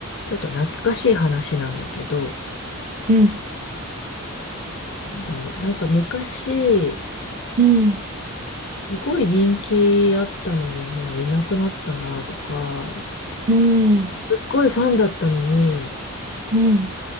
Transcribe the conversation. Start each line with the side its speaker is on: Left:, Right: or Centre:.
Left: ちょっと懐かしい話なんだけど、
Right: うん、
Left: なんだろう。なんか昔、
Right: うん、
Left: すごい人気あったのに、もういなくなったなとか、
Right: うん、
Left: すっごいファンだったのに、
Right: うん、うん、